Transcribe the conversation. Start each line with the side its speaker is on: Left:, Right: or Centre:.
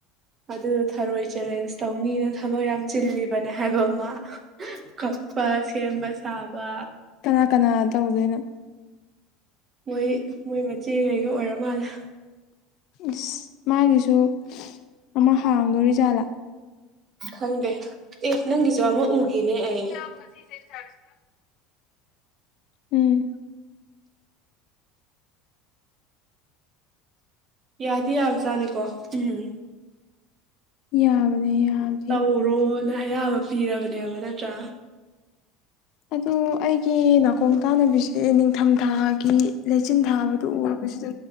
Right: ꯑꯗꯨ ꯊꯔꯣꯏ ꯆꯦꯂꯦꯟꯁ ꯇꯧꯅꯤꯅ ꯊꯕꯛ ꯌꯥꯝ ꯆꯤꯜꯂꯤꯕꯅꯦ ꯍꯥꯏꯕ ꯃꯥ ꯀꯛꯄ ꯁꯦꯝꯕ ꯁꯕꯥ
Left: ꯀꯅꯥ ꯀꯅꯥ ꯇꯧꯗꯣꯏꯅꯣ
Right: ꯃꯣꯏ ꯃꯣꯏ ꯃꯆꯦ ꯀꯩꯒ ꯑꯣꯏꯔ ꯃꯥꯜꯂꯦ
Left: ꯏꯁ ꯃꯥꯒꯤꯁꯨ ꯑꯃꯥ ꯍꯥꯡꯗꯣꯔꯤ ꯖꯥꯠꯂꯥ
Right: ꯈꯪꯗꯦ ꯑꯦ ꯅꯪꯒꯤꯁꯨ ꯑꯃꯥ ꯎꯒꯤꯅꯦ ꯑꯩ
Left: <unintelligible> ꯎꯝ
Right: ꯌꯥꯗꯤ ꯌꯥꯕꯖꯥꯠꯅꯤꯀꯣ ꯎꯝ
Left: ꯌꯥꯕꯅꯦ ꯌꯥꯕ
Right: ꯇꯧꯔꯣꯅ ꯑꯌꯥꯕ ꯄꯤꯔꯕꯅꯦꯕ ꯅꯠꯇ꯭ꯔꯥ
Left: ꯑꯗ‌ꯣ ꯑꯩꯒꯤ ꯅꯥꯀꯣꯡ ꯇꯥꯅꯕꯤꯁꯦ ꯅꯤꯡꯊꯝꯊꯥꯒꯤ ꯂꯩꯆꯤꯟ ꯊꯥꯕꯗꯨ ꯎꯕꯁꯤꯗ